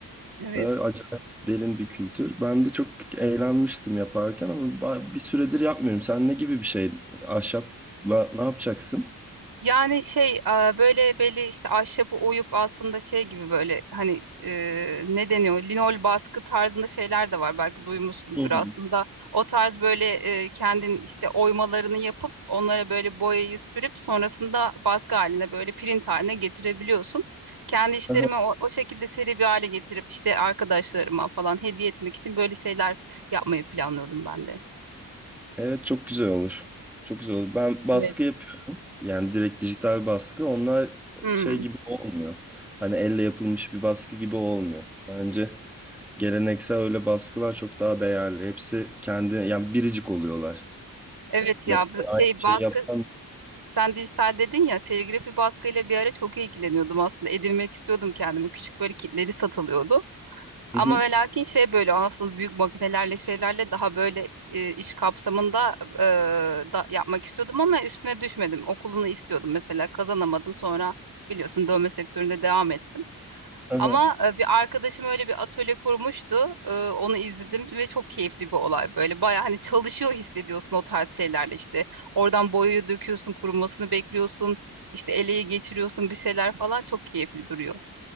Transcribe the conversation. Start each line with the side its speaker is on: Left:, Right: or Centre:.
Right: Evet.
Centre: Ee, acayip derin bir kültür. Ben de çok eğlenmiştim yaparken ama ba- bir süredir yapmıyorum. Sen ne gibi bir şey? Ahşapla ne yapacaksın?
Right: Yani şey a, böyle belli işte ahşabı oyup aslında şey gibi böyle hani e, ne deniyor linol baskı tarzında şeyler de var belki duymuşsundur
Centre: Hmm.
Right: aslında. O tarz böyle e, kendin işte oymalarını yapıp onlara böyle boyayı sürüp sonrasında baskı haline böyle print haline getirebiliyorsun. Kendi işlerimi
Centre: Aha.
Right: o, o şekilde seri bir hale getirip işte arkadaşlarıma falan hediye etmek için böyle şeyler yapmayı planlıyordum ben de.
Centre: Evet çok güzel olur. Çok güzel olur. Ben baskı
Right: Evet.
Centre: yapıyorum. Yani direkt dijital baskı. Onlar
Right: Hmm.
Centre: şey gibi olmuyor. Hani elle yapılmış bir baskı gibi olmuyor. Bence geleneksel öyle baskılar çok daha değerli. Hepsi kendi yani biricik oluyorlar.
Right: Evet ya
Centre: Ne kadar
Right: bu şey
Centre: aynı şey
Right: baskı
Centre: yapsan.
Right: Sen dijital dedin ya serigrafi baskıyla bir ara çok ilgileniyordum aslında edinmek istiyordum kendime küçük böyle kitleri satılıyordu ama
Centre: Hı hı,
Right: ve lakin şey böyle aslında büyük makinelerle şeylerle daha böyle e, iş kapsamında e, da, yapmak istiyordum ama üstüne düşmedim okulunu istiyordum mesela kazanamadım sonra biliyorsun dövme sektöründe devam ettim.
Centre: aha.
Right: Ama e, bir arkadaşım öyle bir atölye kurmuştu. E, Onu izledim ve çok keyifli bir olay böyle. Baya hani çalışıyor hissediyorsun o tarz şeylerle işte. Oradan boyayı döküyorsun, kurumasını bekliyorsun. İşte eleyi geçiriyorsun bir şeyler falan çok keyifli duruyor.